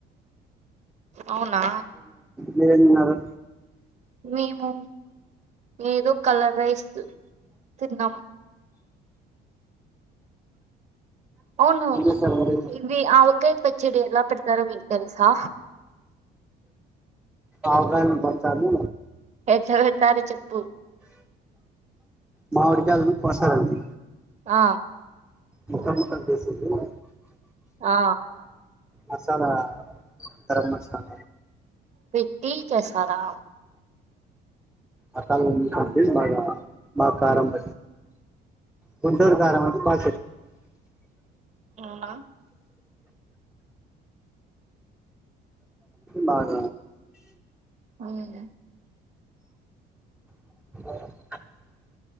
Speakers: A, on the right; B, in the centre.
A: అవునా
B: మీరేం తిన్నారు
A: మేము ఏదో కలర్ రైస్ తిన్నాం అవును
B: ఏం చేశారండి
A: ఇవి ఆవకాయ్ పచ్చడి ఎలా పెడతారు మీకు తెలుసా
B: ఆవకాయను పచ్చడి
A: ఎట్లా పెడతారు చెప్పు
B: మామిడికాయలను కోసరండి
A: ఆ
B: ముక్కన్ మక్కన్సిగా
A: ఆ
B: మసాల గరం మసాల
A: భట్టి కైసా రామ్
B: అసాల మా మా కరంభ కొంటరు గారమ ప
A: అవున
B: బాగ
A: అవును
B: బ